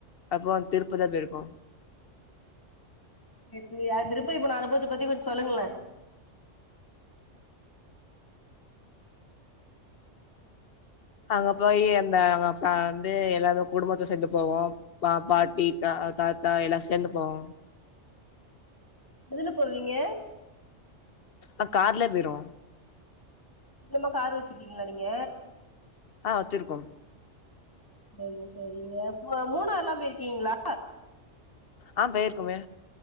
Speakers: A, on the left (about 55°); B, on the left (about 15°).
A: அப்புற திருப்பத போயிருக்கோ
B: எப்பியா திருப்பதி போன அனுபவத்த பத்தி கொஞ்ச சொல்லுங்களே
A: அங்க போய் அந்த அங்க அப்ப வந்து எல்லாருமே குடும்பத்த சேந்து போவோ பா பாட்டி தா தாத்தா எல்லா சேந்து போவோ
B: எதுல போவீங்க
A: ஆ கார்லே போயிருவோ
B: ந்தமா காரு வச்சிருக்கீங்களா நீங்க
A: ஆ வச்சிருக்கோ
B: சரிங்க சரிங்க ம மூணாறு லா போயிருக்கீங்களா
A: ஆ போயிருக்குமே